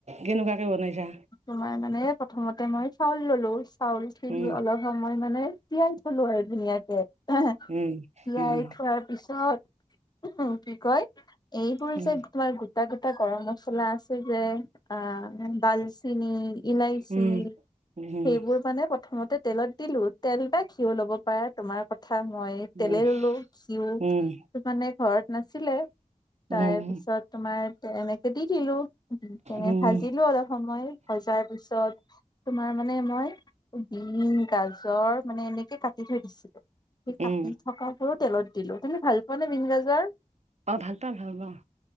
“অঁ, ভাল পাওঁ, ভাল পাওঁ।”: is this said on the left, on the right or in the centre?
Right